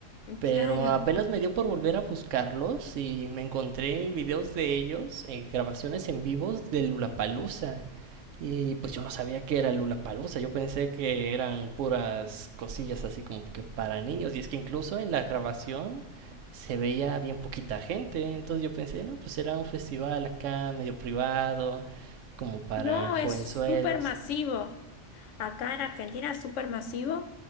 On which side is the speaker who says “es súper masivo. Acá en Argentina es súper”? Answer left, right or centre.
Left